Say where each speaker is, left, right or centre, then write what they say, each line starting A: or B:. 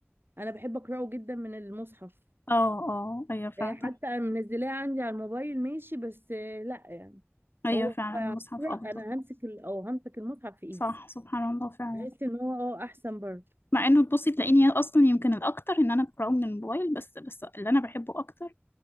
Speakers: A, on the right (about 55°); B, on the left (about 55°).
A: انا بحب اقراه جدا من المصحف
B: اه اه ايوه فعلا
A: آه، حتى انا منزلاه عندي على الموبايل ماشي بس آه، لا يعني
B: ايوه
A: هو
B: فعلا
A: أقرأ،
B: المصحف افضل
A: انا همسك ال... او همسك المصحف في ايدي
B: صح سبحان الله فعلا
A: بحس ان هو اه احسن برضه
B: مع انه تبصي تلاقيني اصلا يمكن الاكتر ان انا بقراه من الموبايل بس بس اللي انا بحبه اكتر